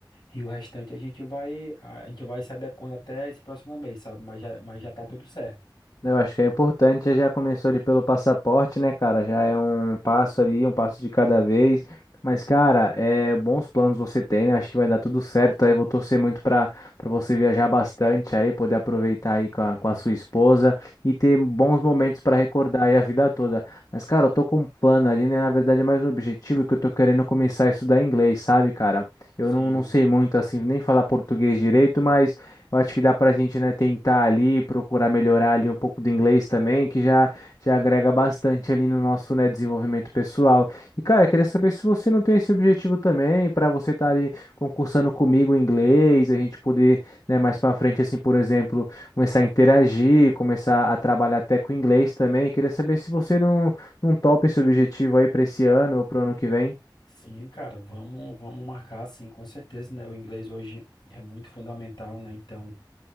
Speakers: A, on the left; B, on the left.
A: E o restante a gente vai, a gente vai se adequando até esse próximo mês, sabe? Mas já, mas já tá tudo certo.
B: Eu acho que é importante, já já começou ali pelo passaporte, né, cara? Já é um passo ali, um passo de cada vez. Mas, cara, é bons planos você tem, né? Acho que vai dar tudo certo. Aí vou torcer muito para para você viajar bastante aí, poder aproveitar aí com a, com a sua esposa e ter bons momentos para recordar aí a vida toda. Mas, cara, eu tô com um plano ali, né? Na verdade, é mais um objetivo que eu tô querendo começar a estudar inglês, sabe, cara? Eu
A: Sim,
B: não, não sei muito assim, nem falar português direito, mas eu acho que dá pra gente, né, tentar ali, procurar melhorar ali um pouco do inglês também, que já, já agrega bastante ali no nosso, né, desenvolvimento pessoal. E, cara, eu queria saber se você não tem esse objetivo também, para você estar ali concursando comigo em inglês, a gente poder, né, mais pra frente, assim, por exemplo, começar a interagir, começar a trabalhar até com inglês também. Eu queria saber se você não, não topa esse objetivo aí para esse ano ou pro ano que vem.
A: sim, cara, vamos, vamos marcar, sim, com certeza, né? O inglês hoje é muito fundamental, né? Então,